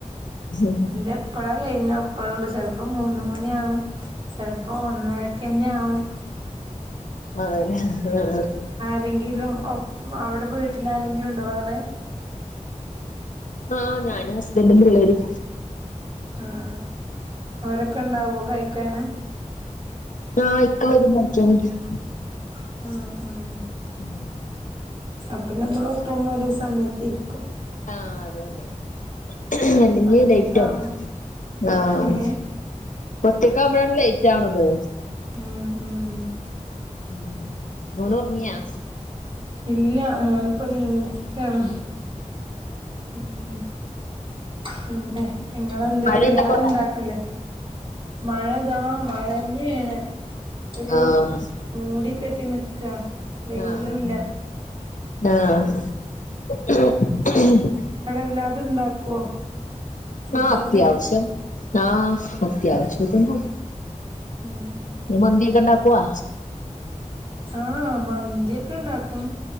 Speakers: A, on the left; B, on the right.
A: ഉം
B: എന്റെ എപ്പഴാ കഴിഞ്ഞു അപ്പഴേള്ളൂ ചിലപ്പോ മൂന്ന് മണിയാകും ചിലപ്പോ ഒന്നരക്ക തന്നെ ആവും
A: അതെലേ <unintelligible>
B: എന്തേങ്കിലും അവിടെ വീട്ടിൽ ആരെങ്കിലും ഉണ്ടോ വേറെ?
A: ആഹ് ഞാന് ഹസ്ബൻഡും പിള്ളേരും
B: ആഹ് അവരൊക്കെ ഉണ്ടാവോ കഴിക്കാന്
A: ആഹ് ഇപ്പം <unintelligible>
B: ഉം
A: <inaudible>
B: അപ്പൊ നമ്മള് ഒപ്പം ഒരേ സമയത്ത് ഇരിക്കും
A: ആഹ് അത് തന്നെ ലെഞ്ച്
B: ഒറ്റക്കാവുമ്പോ
A: ലേറ്റ് ആയി ആഹ്
B: ഏ
A: ഒറ്റക്ക് ആവുമ്പോഴാണോ ലേറ്റ് ആവണത്?
B: ഉം ഉം
A: ഉം മോന് ഉറങ്ങിയാ
B: ഇല്ല മോന്പ്പ നിക്കണ് ഉം പിന്നെ നിങ്ങെന്ത്
A: മഴയുണ്ടപ്പോ
B: എല്ലാതും
A: അവിടെ
B: ഉണ്ടാക്കില്ലേ മഴതാ മഴ തന്നെയാണ് ഒരു
A: ആഹ്
B: മൂടി കെട്ടി നിക്കാ വെയിൽല്ലാ
A: ആഹ് ആഹ്
B: നിങ്ങള് അത് ഉണ്ടാക്കുവോ ഫുഡൊക്കെ
A: ആഹ് അത്യവശ്യം ആഹ് അത്യാവശ്യം ഉണ്ടാ
B: ഉം
A: മന്തിക്കേണ്ടാക്കുവോ
B: ആഹ് മന്തിയൊക്കെ ഇണ്ടാക്കും